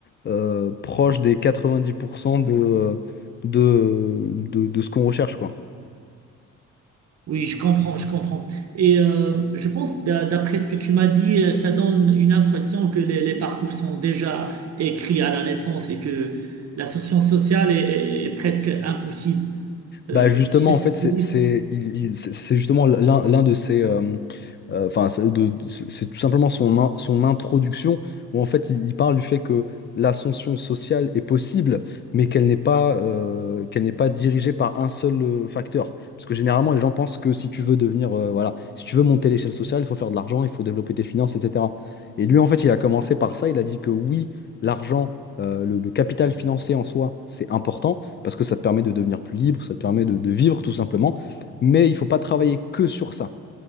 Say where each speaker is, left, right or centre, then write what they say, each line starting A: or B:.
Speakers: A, on the left; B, on the right.
A: euh, proche des 90% de, euh, de, de, de ce qu'on recherche, quoi.
B: Oui, je comprends, je comprends. Et euh, je pense, d'a- d'après ce que tu m'as dit, euh, ça donne une impression que les, les parcours sont déjà écrits à la naissance et que la science sociale est, est- est presque impossible. Euh,
A: Bah justement,
B: tu sais
A: en
B: ce
A: fait,
B: que je
A: c'est
B: veux dire?
A: c'est- il- il- c'est- c'est justement l'un l'un de ses... euh, euh, Enfin, c'est de- c'est tout simplement son, in- son introduction où en fait, il, il parle du fait que l'ascension sociale est possible, mais qu'elle n'est pas, euh, qu'elle n'est pas dirigée par un seul euh, facteur. Parce que généralement, les gens pensent que si tu veux devenir... euh, voilà, si tu veux monter l'échelle sociale, il faut faire de l'argent, il faut développer tes finances, etc. Et lui, en fait, il a commencé par ça. Il a dit que oui, l'argent, euh, le le capital financier en soi, c'est important parce que ça te permet de devenir plus libre, ça te permet de, de vivre tout simplement. Mais il ne faut pas travailler que sur ça.